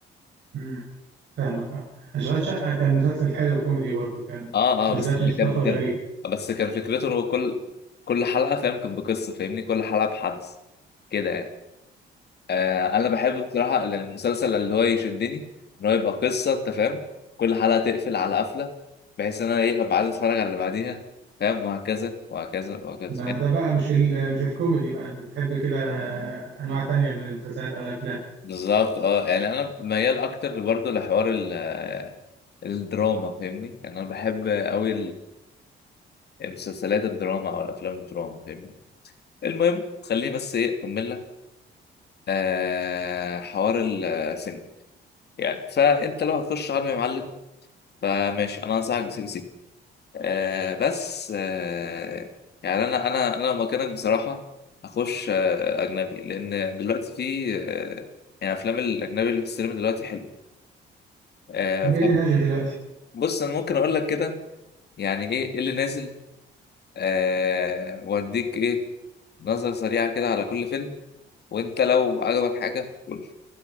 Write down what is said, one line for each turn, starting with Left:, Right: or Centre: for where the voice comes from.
Right: امم فاهمك اه أشغال شقة كان مسلسل حلو كوميدي برضه كان
Left: آه
Right: بالذات
Left: آه بس ده
Right: مصطفى
Left: كان كان
Right: غريب
Left: بس كان فكرته إن هو كل كل حلقة فاهم كان بقصة فاهمني؟ كل حلقة بحدث كده يعني آه، انا بحب بصراحه إن المسلسل اللي هو يشدني ان هو يبقى قصه انت فاهم كل حلقه تقفل على قفله بحيث ان انا ايه ابقى عايز اتفرج على اللي بعديها فاهم وهكذا وهكذا وهكذا
Right: ما
Left: فاهم؟
Right: ده بقى مش ال... مش الكوميدي بقى أنت بتحب كده أنواع تانية من المسلسلات أو الأفلام
Left: بالظبط اه يعني انا ميال اكتر برضه لحوار ال- آه، الدراما فاهمني يعني انا بحب قوي المسلسلات الدراما او الافلام الدراما فاهمني المهم خليني بس ايه اكمل لك آه حوار السينما يعني فانت لو هتخش عالم يا معلم فماشي انا انصحك بسي بي سي. آه بس آه يعني انا انا انا لو مكانك بصراحه هخش آه اجنبي لان دلوقتي في آه يعني افلام الاجنبي اللي في السينما دلوقتي حلو آه
Right: طب إيه اللي نازل دلوقتي؟
Left: فبص انا ممكن اقول لك كده يعني ايه إيه اللي نازل آه واديك ايه نظره سريعه كده على كل فيلم وانت لو عجبك حاجه قول لي.